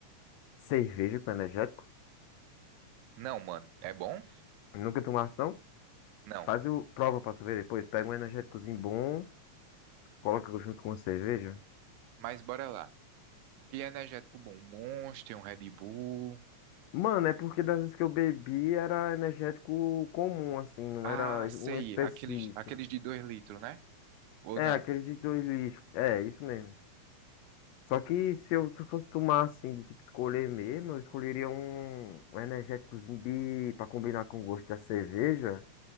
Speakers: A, on the left; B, on the right.
A: cerveja com energético?
B: Não, mano. É bom?
A: Nunca tomasse, não?
B: Não.
A: Faz o. Prova pra tu ver depois. Pega um energéticozinho bom, coloca junto com uma cerveja.
B: Mas bora lá. Que energético bom? Um Monster, um Red Bull.
A: Mano, é porque das vezes que eu bebi era energético comum, assim, não
B: Ah,
A: era
B: sei.
A: um específico.
B: Aqueles, aqueles de 2 litros, né? Ou
A: É,
B: não?
A: aqueles de dois lixos. É, isso mesmo. Só que se eu, se eu fosse tomar, assim, de tipo escolher mesmo, eu escolheria um, um energéticozinho de, pra combinar com o gosto da cerveja.